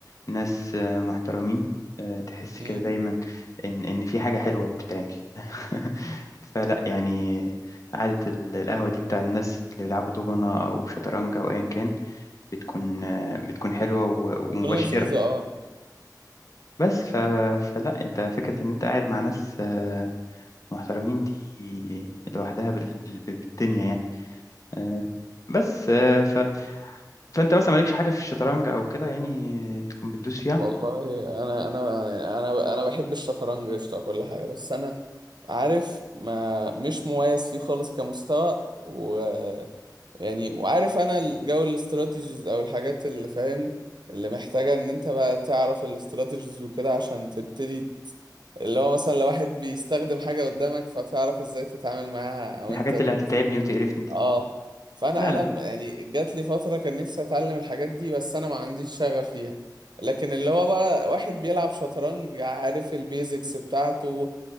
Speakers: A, on the left (about 45°); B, on the right (about 80°).
A: ناس آه، محترمين آه، تحس
B: امم
A: كده دايما إن إن في حاجة حلوة بتتعمل <laughs> فلا يعني قعدة ال- القهوة دي بتاع الناس اللي بيلعبوا دومنة أو شطرنج أو أيا كان بتكون آه، بتكون حلوة و-
B: بتكون
A: ومبشرة
B: لذيذة اه
A: بس ف... فلا أنت فكرة إن أنت قاعد مع ناس آه، محترمين دي لوحدها بال... بال... بالدنيا يعني آه، بس آه، ف... فأنت مثلا مالكش حاجة في الشطرنج أو كده يعني تكون بتدوس
B: والله
A: فيها
B: انا انا انا انا بحب الشطرنج قشطه وكل حاجه بس انا عارف ما مش مميز فيه خالص كمستوى و يعني وعارف انا الجو الاستراتيجيز او الحاجات اللي فاهم اللي محتاجه ان انت بقى تعرف الاستراتيجيز وكده عشان تبتدي ت- اللي هو مثلا لو واحد بيستخدم حاجه قدامك فتعرف ازاي تتعامل معاها او
A: الحاجات
B: انت
A: اللي هتتعبني وتقرفني دي
B: اه فانا
A: لا
B: انا يعني جات لي فتره كان نفسي اتعلم الحاجات دي بس انا ما عنديش شغف ليها لكن اللي هو بقى واحد بيلعب شطرنج عارف البيزكس بتاعته